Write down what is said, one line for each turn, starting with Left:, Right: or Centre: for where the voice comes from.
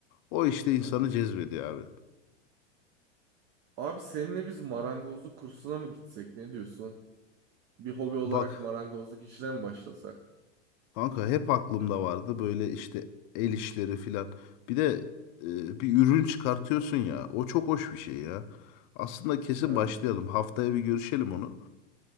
Left: O işte
Right: Ha.
Left: insanı cezbediyor abi.
Right: Abi seninle biz marangozluk kursuna mı gitsek? Ne diyorsun? Bir hobi olarak
Left: Bak
Right: marangozluk işine mi başlasak?
Left: kanka hep aklımda vardı böyle işte el işleri filan. Bir de e, bir ürün çıkartıyorsun ya. O çok hoş bir şey ya. Aslında kesin
Right: Ha,
Left: başlayalım. Haftaya bir görüşelim onu.